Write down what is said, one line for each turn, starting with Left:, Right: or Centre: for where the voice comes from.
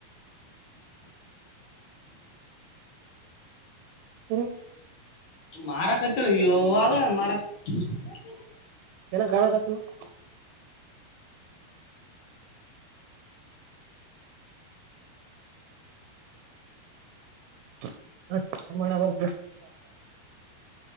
Right: ಹ್ಮ <inaudible>
Left: ಮಾರಕ್ತ್ತಳ ಹವಾಗ ಮಾರಕ್ <unintelligible>
Right: ಎನ <inaudible> <unintelligible> <inaudible> ಎಲ್ಲು